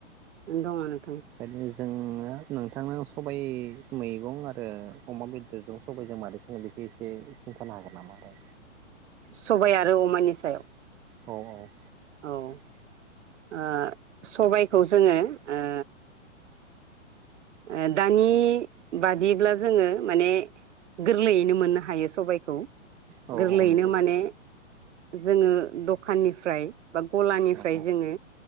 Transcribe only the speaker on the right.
एन्द मानो
सबाय आरो अमानि सायाव
औ ओ सबायखौ स जोङो ओ ओ दानि बादिब्ला जोङो माने गोरलैयैनो मोननो हायो सबायखौ।
गोरलैयैनो
माने जोङो दखाननिफ्राय बा गलानिफ्राय
जोङो